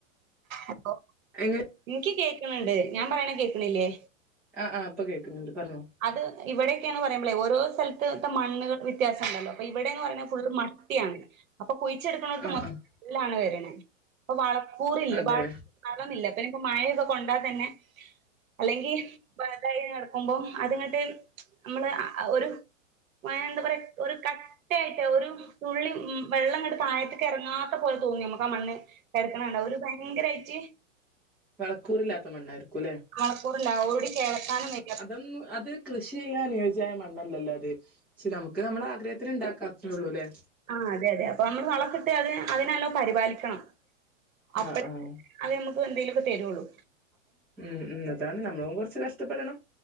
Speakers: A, on the right; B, in the centre.
A: എപ്പോ
B: എങ്ങനെ
A: ഇനിക്ക് കേക്ക്ണുണ്ട് ഞാൻ പറയണെ കേക്കണില്ല്യേ
B: ആഹ് ആഹ് ഇപ്പ കേക്ക്ന്നുണ്ട് പറഞ്ഞോ
A: അത് ഇവിടെയൊക്കെയാന്ന് പറയുമ്പോളേ ഓരോ സ്ഥലത്തത്തെ മണ്ണുകൾ വി വിത്യാസം ഉണ്ടല്ലോ അപ്പൊ ഇവിടേന്ന് പറയണെ ഫുള്ള് മട്ടിയാണ് അപ്പൊ കുയിച്ചെടുക്കണോടുത്ത്
B: ആഹ്
A: മൊ
B: ആഹ്
A: ലാണ് വരണെ അപ്പൊ വളക്കൂറില്ല
B: അതെ
A: വ വളന്നില്ല പിന്നെ ഇപ്പം മയയൊക്കെ കൊണ്ടാ തന്നെ അല്ലെങ്കി <unintelligible> ആക്കുമ്പോം അതിങ്ങട്ട് നമ്മള് അഹ് ഒരു എന്താ പറയാ ഒരു ക കട്ടയായിട്ട് ഒരു തുള്ളി ഉം വെള്ളം ഇങ്ങട് താഴത്തേക്ക് എറങ്ങാത്ത പോലെ തോന്നും ഞമ്മക്കാ മണ്ണ് കെടക്കണ കണ്ടാ ഒര് ഭയങ്കരായിട്ട്
B: വളക്കൂറില്ലാത്ത മണ്ണാരിക്കൂല്ലേ
A: വളക്കൂറില്ല ഓടി കേളക്കാനും പറ്റില്ല
B: ഉം അത് കൃഷി ചെയ്യാൻ അനുയോജ്യായ മണ്ണല്ലല്ലോ അത് പക്ഷെ നമുക്ക് നമ്മളെ ആഗ്രഹത്തിന് ഇണ്ടാക്കാം അത്രെള്ളൂ ല്ലേ
A: ആഹ് അതെ അതെ അപ്പൊ നമ്മൾ വളൊക്കിട്ട് അതിനെ അതിനെ നല്ലോം പരിപാലിക്കണം
B: ആഹ്
A: അപ്പഴേ
B: ആഹ്
A: അത് ഞമ്മക്ക് എന്തേലൊക്കെ തര്വൊള്ളൂ
B: ഉം ഉം അതാണ് നമ്മളും കൊറച്ച് കഷ്ടപ്പെടണം